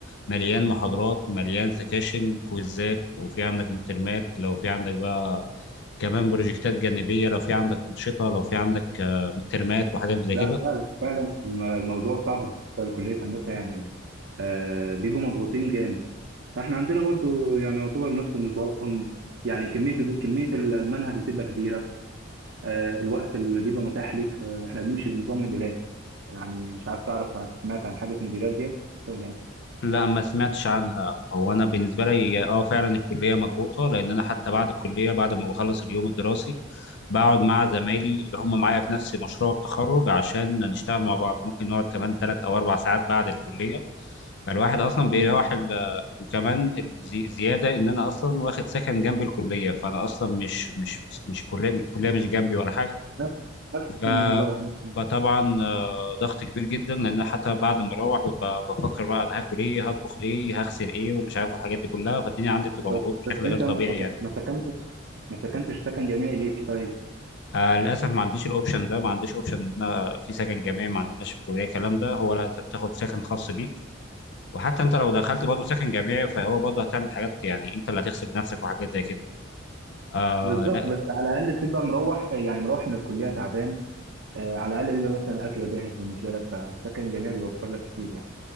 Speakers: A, on the left; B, on the right.
A: مليان محاضرات مليان سكاشن كويزات وفي عندك مترمات لو في عندك بقى كمان بروجكتات جانبية لو في عندك أنشطة لو في عندك آه، مترمات وحاجات زي
B: لا
A: كده
B: فعلا فعلا الم- الموضوع صعب بالنسبه لكليه هندسه يعني آه بيبقوا مضغوطين جامد احنا عندنا برضو يعني يعتبر نفس النظام يعني كميه كميه المنهج بتبقى كبيره آه الوقت اللي بيبقى متاح ليك آه، احنا بنمشي بنظام مديولات يعني مش عارف تعرف سمعت عن حاجه مديولات ديت ولا ايه؟
A: لا ما سمعتش عنها هو انا بالنسبه لي اه فعلا الكليه مضغوطه لان انا حتى بعد الكليه بعد ما بخلص اليوم الدراسي بقعد مع زمايلي اللي هم معايا في نفس مشروع التخرج عشان نشتغل مع بعض ممكن نقعد كمان ثلاث او اربع ساعات بعد الكليه فالواحد اصلا بيروح
B: امم
A: ال- وكمان الزي- زياده ان انا اصلا واخد سكن جنب الكليه فانا اصلا مش مش مش الكليه الكليه مش جنبي ولا
B: نفس نفس
A: حاجه
B: النظام نفس النظام
A: فطبعا آه، ضغط كبير جدا لان أنا حتى بعد ما اروح ببقى بفكر بقى انا هاكل ايه هطبخ ايه هغسل ايه ومش عارف الحاجات دي كلها فالدنيا عندي بتبقى
B: بس
A: مضغوطه
B: بس
A: بشكل
B: انت
A: غير طبيعي
B: ما سك-
A: يعني
B: ما سكنتش ما سكنتش سكن جامعي ليه طيب؟
A: آه للاسف ما عنديش الاوبشن ده ما عنديش اوبشن ان أنا في سكن جامعي ما عندناش في الكليه الكلام ده هو لا انت بتاخد سكن خاص بيك وحتى انت لو دخلت برضه سكن جامعي فهو برضه هتعمل حاجات يعني انت اللي هتغسل بنفسك وحاجات زي كده آه
B: بالظبط
A: لا
B: بس على الاقل تبقى مروح يعني مروح من الكليه تعبان آه، على الاقل بيبقى مثلا اكل جاهز بالنسبه لك فالسكن الجامعي بيوفر لك كتير يعني